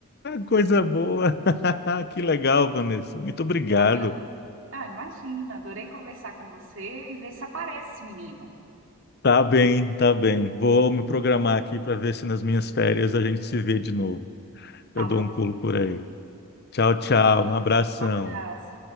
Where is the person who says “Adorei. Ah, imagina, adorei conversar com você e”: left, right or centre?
Right